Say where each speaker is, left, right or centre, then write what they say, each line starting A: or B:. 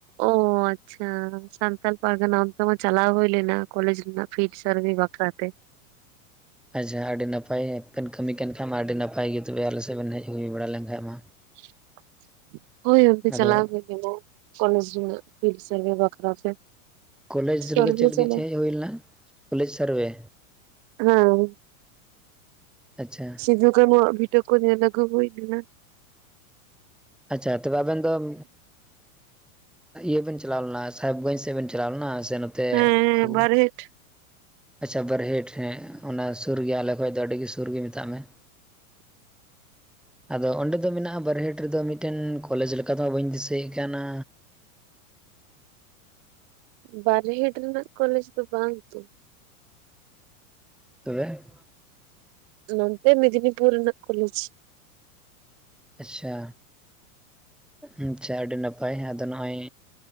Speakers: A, on the right; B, in the centre.
A: ᱚ ᱟᱪᱪᱷᱟ ᱥᱟᱱᱛᱟᱞ ᱯᱟᱨᱜᱟᱱᱟ ᱚᱱᱛᱮᱢᱟ ᱪᱟᱞᱟᱣ ᱦᱩᱭ ᱞᱮᱱᱟ ᱠᱚᱞᱮᱡᱽ ᱨᱮᱱᱟᱜ ᱯᱷᱤᱰ ᱥᱟᱨᱵᱷᱮ ᱵᱟᱠᱷᱨᱟᱛᱮ।
B: ᱟᱡᱷᱟ ᱟᱹᱰᱤ ᱱᱟᱯᱟᱭ ᱵᱮᱱ ᱠᱟᱹᱢᱤ ᱠᱟᱱ ᱠᱷᱟᱡ ᱢᱟ ᱟᱹᱰᱤ ᱱᱟᱯᱟᱭ ᱜᱮ ᱛᱚᱵᱮ ᱟᱞᱮ ᱥᱮᱫ ᱵᱮᱱ ᱦᱮᱡ ᱦᱩᱭ ᱵᱟᱲᱟ ᱞᱮᱛᱟᱦᱮᱡ ᱢᱟ।
A: <inaudible> ᱦᱳᱭ ᱚᱱᱛᱮ
B: ᱟᱫᱚ
A: ᱪᱟᱞᱟᱣ ᱦᱩᱭ ᱞᱮᱱᱟ ᱠᱚᱞᱮᱡ ᱨᱮᱱᱟᱜ ᱯᱷᱤᱰ ᱥᱟᱨᱵᱷᱮ ᱵᱟᱠᱷᱨᱟ ᱛᱮ।
B: ᱠᱚᱞᱮᱡᱽ
A: ᱥᱟᱨᱵᱷᱮ
B: ᱨᱮᱫᱚ ᱪᱮᱫ ᱞᱟᱹᱜᱤᱫ
A: ᱪᱟᱞᱟᱣ
B: ᱪᱮᱡ ᱦᱩᱭ ᱞᱮᱱᱟ ᱠᱚᱞᱮᱡᱽ ᱥᱟᱨᱵᱷᱮ?
A: ᱦᱮᱸ
B: ᱟᱪᱪᱷᱟ
A: ᱥᱤᱫᱷᱩ-ᱠᱟᱱᱦᱩᱣᱟ ᱵᱷᱤᱴᱟᱹ ᱠᱚ ᱧᱮᱞ ᱟᱹᱜᱩ ᱦᱩᱭ ᱠᱟᱱᱟ।
B: ᱟᱪᱪᱷᱟ ᱛᱚᱵᱮ ᱟᱵᱮᱱ ᱫᱚᱢ ᱤᱭᱟᱹ ᱵᱮᱱ ᱪᱟᱞᱟᱣ ᱞᱮᱱᱟ ᱥᱟᱦᱮᱵᱽᱜᱚᱸᱧᱡᱽ ᱥᱮᱫ ᱵᱮᱱ ᱪᱟᱞᱟᱣ ᱞᱮᱱᱟ ᱥᱮ ᱱᱚᱛᱮ
A: ᱦᱮᱸ
B: ᱯᱷᱟᱹᱜᱩ?
A: ᱵᱟᱨᱦᱮᱴ
B: ᱟᱪᱪᱷᱟ ᱵᱟᱨᱦᱮᱴ᱾ ᱦᱮᱸ ᱚᱱᱟ ᱥᱩᱨ ᱜᱮᱭᱟ ᱟᱞᱮ ᱠᱷᱚᱱ ᱫᱚ ᱟᱹᱰᱤᱜ ᱥᱩᱨ ᱜᱮ ᱢᱮᱛᱟᱜ ᱢᱮ।
A: <inaudible>
B: ᱟᱫᱚ ᱚᱸᱰᱮ ᱫᱚ ᱢᱮᱱᱟᱜᱼᱟ ᱵᱟᱨᱦᱮᱴ ᱨᱮᱫᱚ ᱢᱤᱫ ᱴᱮᱱ ᱠᱚᱞᱮᱡᱽ ᱞᱮᱠᱟ ᱫᱚ ᱦᱟᱸᱜ ᱵᱟᱹᱧ ᱫᱤᱥᱟᱹᱭᱮᱫ ᱠᱟᱱᱟ।
A: ᱵᱟᱨᱦᱤᱴ ᱨᱮᱱᱟᱜ ᱠᱚᱞᱮᱡᱽ ᱫᱚ ᱵᱟᱝ ᱛᱚ᱾
B: ᱛᱚᱵᱮ?
A: ᱱᱚᱱᱛᱮ ᱢᱽᱤᱫᱱᱤᱯᱩᱨ ᱨᱮᱱᱟᱭ ᱠᱚᱞᱮᱡ।
B: ᱟᱪᱪᱷᱟ᱾ ᱟᱪᱪᱷᱟ ᱟᱹᱰᱤ ᱱᱟᱯᱟᱭ ᱟᱫᱚ ᱱᱚᱜ-ᱚᱭ